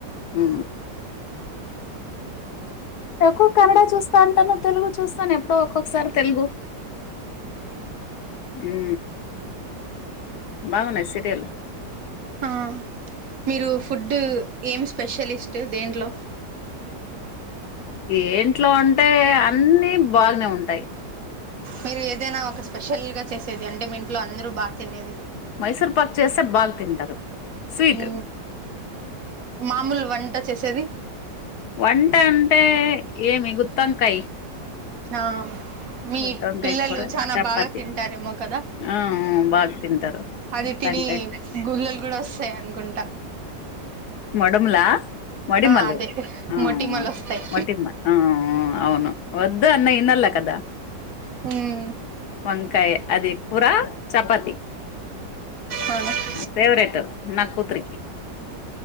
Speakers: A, on the left; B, on the right.
A: ఊ ఎక్కువ కన్నడ చూస్తా అంటాను తెలుగు చూస్తాను ఎప్పుడో ఒక్కొక్కసారి తెలుగు ఊ బాగున్నయ్ సరియల్
B: ఆ మీరు ఫుడ్డు ఏమి స్పెషలిస్ట్ దేంట్లో
A: ఏంట్లో అంటే అన్నీ బాగానే ఉంటాయి
B: మీరు ఏదైనా ఒక స్పెషల్గా చేసేది అంటే మీ ఇంట్లో అందరూ బా తినేది
A: మైసూర్ పాక్ చేస్తే బాగా తింటారు స్వీట్
B: ఉ మామూలు వంట చేసేది
A: వంట అంటే ఏమి గుత్తంకాయ
B: ఆ మీ
A: గుత్తంకాయ
B: పిల్లలు
A: కూర
B: చాలా
A: చపాతి
B: బాగా తింటారేమో కదా
A: ఆ బాగా తింటారు
B: అది
A: గుత్తంకాయ
B: తిని గుళ్ళలు కూడా వస్తాయి అనుకుంటా
A: మడుంలా మడిమల్లు
B: ఆ అదే
A: అవున
B: మొటిమలు వస్తాయి
A: మటిమ ఆ అవును వద్దు అన్న ఇన్నల్ల కదా
B: హు
A: వంకాయ అది కూరా చపాతి
B: అవున
A: ఫేవరెట్ నా కూతురికి